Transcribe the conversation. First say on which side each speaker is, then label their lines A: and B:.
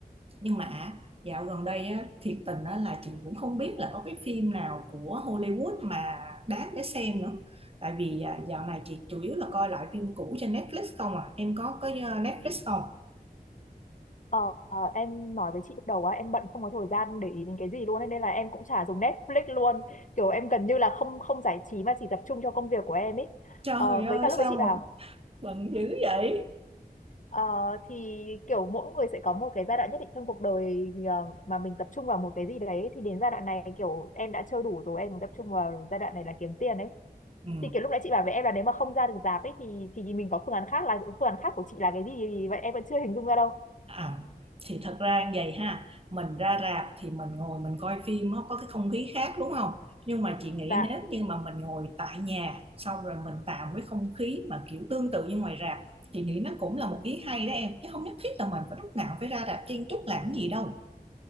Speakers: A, on the right; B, on the left.
A: nhưng mà dạo gần đây á, thiệt tình á, là chị cũng không biết là có cái phim nào của Hollywood mà đáng để xem nữa tại vì à, dạo này chị chủ yếu là coi lại phim cũ trên Netflix không à em có có uh, Netflix không
B: Ờ, ờ, em nói với chị lúc đầu á em bận không có thời gian để ý đến cái gì luôn ấy, nên là em cũng chả dùng Netflix luôn kiểu em gần như là không không giải trí mà chỉ tập trung cho công việc của em ấy
A: trời
B: Ờ, với
A: ơi
B: cả lúc
A: sao
B: với chị
A: mà
B: bảo
A: bận dữ vậy
B: Ờ, thì kiểu mỗi người sẽ có một cái giai đoạn nhất định trong cuộc đời ờ, mà mình tập trung vào một cái gì đấy thì đến giai đoạn này kiểu em đã chơi đủ rồi em muốn tập trung vào giai đoạn này là kiếm tiền ấy
A: ừ,
B: thì kiểu lúc nãy chị bảo với em là nếu mà không ra được rạp ấy thì thì mình có phương án khác là phương án khác của chị là cái gì vậy em vẫn chưa hình dung ra đâu
A: À, thì thật ra như vậy ha mình ra rạp thì mình ngồi mình coi phim nó có cái không khí khác đúng không nhưng mà chị nghĩ
B: dạ
A: nếu như mà mình ngồi tại nhà xong rồi mình tạo cái không khí mà kiểu tương tự như ngoài rạp chị nghĩ nó cũng là một ý hay đó em chứ không nhất thiết là mình phải lúc nào phải ra rạp chen chúc làm cái gì đâu